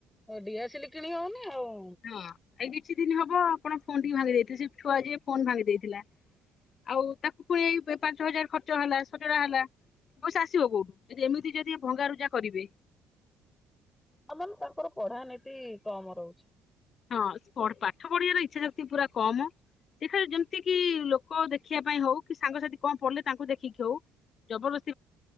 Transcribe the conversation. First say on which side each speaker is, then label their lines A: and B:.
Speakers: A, on the left; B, on the left.
A: ଏ ଡିଆସିଲି କିଣି ହଉନି। ଏ ଆଉ
B: ହଁ ଏଇ କିଛି ଦିନ ହବ ଆପଣ ଫୋନ୍ ଟି ଭାଙ୍ଗି ଦେଇଥିବେ। ସେ ଛୁଆ ଯିଏ ଫୋନ୍ ଭାଙ୍ଗି ଦେଇଥିଲା। ଆଉ ତାକୁ ପୁଣି ଏଇ ପାଞ୍ଚ ହଜାର ଖର୍ଚ୍ଚ ହେଲା ସଜଡା ହେଲା। ପଇସା ଆସିବ କୋଉଠୁ? ଯଦି ଏମିତି ଯଦି ଭଙ୍ଗାରୁଜା କରିବେ।
A: ଆ ମେନ ତାଙ୍କର ପଢା ନିତି କମ ରହୁଛି।
B: ହଁ ପଢ ପାଠ ପଢିବାର ଇଚ୍ଛା ଶକ୍ତି ପୁରା କମ। ସେ ଫେର ଯେମତି କିି ଲୋକ ଦେଖିବା ପାଇଁ ହଉ। କି ସାଙ୍ଗସାଥି କଣ ପଢିଲେ ତାଙ୍କୁ ଦେଖିକି ହଉ। ଜବରଦସ